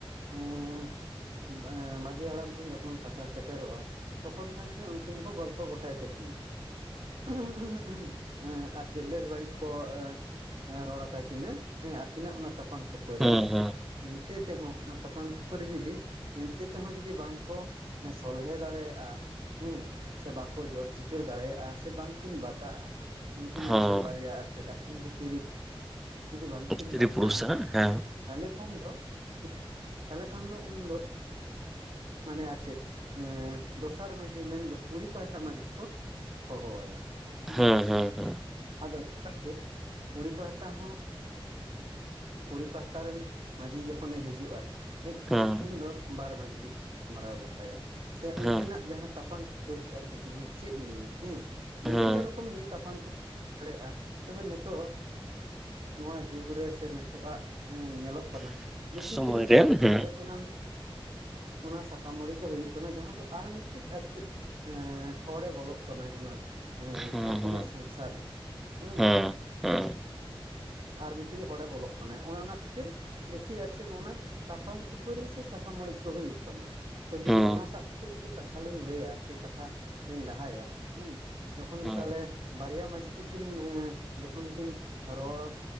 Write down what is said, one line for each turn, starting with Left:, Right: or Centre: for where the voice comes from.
Right: ᱮᱸ ᱮᱸ ᱢᱟᱺᱡᱷᱤ ᱦᱟᱲᱟᱢ ᱴᱷᱮᱱ ᱡᱚᱠᱷᱚᱱ ᱠᱟᱛᱷᱟ ᱥᱮᱴᱮᱨᱚᱜᱼᱟ ᱛᱚᱠᱷᱚᱱ ᱠᱷᱟᱱᱜᱮ ᱩᱱᱠᱤᱱ ᱠᱚ ᱜᱚᱞᱯᱷᱚ ᱜᱚᱴᱟᱭ ᱛᱟᱹᱠᱤᱱᱟ᱾ ᱮᱸ ᱟᱨ ᱪᱮᱫ ᱵᱮᱥ ᱵᱟᱹᱲᱤᱜ ᱠᱚ ᱮᱸ ᱮᱸ ᱨᱚᱲᱟ ᱛᱟ ᱠᱤᱱᱟ ᱦᱮᱸ ᱟᱹᱠᱤᱱᱟᱜ ᱚᱱᱟ ᱛᱟᱯᱟᱝ ᱠᱷᱟᱹ ᱯᱟᱹᱨᱤ
Centre: ᱦᱮᱸ
Right: ᱨᱮ
Centre: ᱦᱮᱸ
Right: ᱮᱱᱛᱮ ᱛᱮᱦᱚᱸ ᱚᱱᱟ ᱛᱟᱯᱟᱝ ᱠᱦᱟᱹᱯ ᱠᱚᱨᱮ ᱡᱩᱫᱤ ᱮᱱᱛᱮ ᱛᱮᱦᱚᱸ ᱡᱩᱫᱤ ᱵᱟᱝ ᱠᱚ ᱮᱸ ᱥᱚᱞᱦᱮ ᱫᱟᱲᱮᱭᱟᱜᱼᱟ, ᱦᱮᱸ ᱥᱮ ᱵᱟᱠᱚ ᱡᱚᱫ ᱪᱤᱠᱟᱹᱲ ᱫᱟᱲᱮᱭᱟᱜᱼᱟ ᱥᱮ ᱵᱟᱝᱠᱤᱱ ᱵᱟᱛᱟᱜᱼᱟ᱾ ᱩᱱᱠᱤᱱ ᱟᱨ
Centre: ᱦᱮᱸ
Right: ᱪᱮᱜ ᱵᱟᱨᱭᱟ ᱟᱨ ᱪᱮᱜ ᱟᱹᱠᱤᱱ ᱜᱮ ᱛᱤᱨᱤᱯ ᱡᱩᱫᱤ ᱵᱟᱝᱠᱤᱱ
Centre: ᱥᱛᱨᱤ
Right: ᱵᱟᱛᱟᱜᱼᱟ
Centre: ᱯᱩᱨᱩᱥ ᱦᱮᱸ ᱦᱮᱸ
Right: ᱛᱟᱦᱚᱞᱮ ᱠᱷᱟᱱ ᱫᱚ ᱦᱮᱸ ᱩᱱᱫᱚ ᱩᱱᱫᱚ ᱢᱟᱱᱮ ᱟᱨ ᱪᱮᱫ ᱮᱸ ᱫᱚᱥᱟᱨ ᱢᱟᱹᱡᱷᱤ ᱢᱮᱱᱫᱚ ᱠᱩᱲᱤ ᱯᱟᱦᱴᱟ ᱢᱟᱺᱡᱷᱤ ᱠᱚ ᱦᱚᱦᱚ ᱣᱟᱭᱟ. ᱦᱩᱸ
Centre: ᱦᱮᱸ ᱦᱮᱸ
Right: ᱟᱫᱚ ᱚᱱᱠᱟᱱ ᱜᱮ ᱠᱩᱲᱤ ᱯᱟᱦᱟᱴᱟ ᱦᱚᱸ ᱠᱩᱲᱤ ᱯᱟᱦᱴᱟ ᱨᱮᱱ ᱢᱟᱺᱡᱷᱤ ᱡᱚᱠᱷᱚᱱᱮ ᱦᱤᱡᱩᱜ ᱟᱭ ᱦᱮᱜ ᱦᱮᱸᱜ ᱠᱟᱛᱮᱫ
Centre: ᱦᱮᱸ
Right: ᱩᱱᱫᱚ ᱵᱟᱨ ᱢᱟᱺᱡᱷᱤ ᱛᱮᱠᱤᱱ ᱜᱟᱞᱢᱟᱨᱟᱣ ᱜᱚᱴᱟᱭᱟ ᱥᱮ ᱩᱱᱠᱤᱱᱟᱜ
Centre: ᱦᱮᱸ
Right: ᱡᱟᱦᱟᱸ, ᱛᱟᱯᱟᱝ ᱠᱷᱟᱹᱯᱟᱹᱨᱤ ᱠᱟᱱᱛᱟᱠᱤᱱᱟ ᱪᱮᱜ ᱱᱹᱤᱭᱟᱹ ᱦᱮᱸ ᱵᱤᱵᱷᱤᱱᱱᱚ
Centre: ᱦᱮᱸ
Right: ᱨᱚᱠᱚᱢ ᱱᱤᱭᱟᱹᱛᱟᱯᱟᱱ ᱠᱷᱟᱹᱯ ᱫᱟᱲᱮᱭᱟᱜᱼᱟ, ᱛᱚᱵᱮ ᱱᱤᱛᱚᱜ ᱱᱚᱣᱟ ᱡᱩᱜᱽ ᱨᱮ ᱥᱮ ᱱᱤᱛᱚᱜ-ᱟᱜ ᱧᱮᱞᱚᱜ ᱠᱟᱱᱟ ᱵᱮᱥᱤᱠᱮᱞᱤ
Centre: ᱥᱚᱢᱚᱭ ᱨᱮ
Right: ᱫᱚ
Centre: ᱦᱮᱸ ᱦᱮᱸ
Right: ᱚᱱᱟ ᱚᱱᱟ ᱥᱟᱠᱟᱢ ᱚᱲᱮᱡ ᱫᱚ ᱦᱩᱭᱩᱜ ᱠᱟᱱᱟ ᱡᱟᱦᱟᱸ ᱫᱚ ᱟᱨ ᱢᱤᱫᱴᱤᱡ ᱟᱨ ᱪᱮᱫ ᱮ ᱦᱚᱲᱮ ᱵᱚᱞᱚᱜ ᱠᱟᱱᱟᱭ ᱚᱱᱟ ᱮᱸ
Centre: ᱦᱮᱸ
Right: ᱟᱹᱠᱤᱱᱟᱜ ᱥᱚᱝᱥᱟᱨ ᱦᱩᱸ᱾
Centre: ᱦᱮᱸ ᱦᱮᱸ
Right: ᱟᱨ ᱢᱤᱫᱴᱤᱡ ᱦᱚᱲᱮ ᱵᱚᱞᱚᱜ ᱠᱟᱱᱟᱭ ᱚᱱᱮ ᱚᱱᱟ ᱠᱷᱟᱹᱛᱤᱨ ᱵᱮᱥᱤ ᱟᱨ ᱪᱮᱫ ᱚᱱᱟ ᱛᱟᱯᱟᱝ ᱠᱷᱟᱹᱯᱟᱹᱨᱤ ᱥᱮ ᱥᱟᱠᱟᱢ ᱚᱲᱮᱡ ᱠᱚ ᱦᱩᱭᱩᱜ ᱠᱟᱱᱟ, ᱛᱚ ᱡᱩᱫᱤ
Centre: ᱦᱮᱸ
Right: ᱚᱱᱟ ᱥᱟᱵ ᱠᱟᱛᱮ ᱡᱩᱫᱤ ᱠᱟᱛᱷᱟ ᱞᱤᱧ ᱞᱟᱹᱭᱟ ᱥᱮ ᱠᱟᱛᱷᱟ ᱞᱤᱧ ᱞᱟᱦᱟᱭᱟ, ᱦᱮᱸ ᱡᱚᱠᱷᱚᱱ
Centre: ᱦᱮᱸ
Right: ᱜᱮ ᱛᱟᱦᱚᱞᱮ ᱵᱟᱨᱭᱟ ᱢᱟᱺᱡᱷᱤ ᱠᱤᱱ ᱠᱤᱱ ᱡᱚᱠᱷᱚᱱ ᱠᱤᱱ ᱨᱚᱲ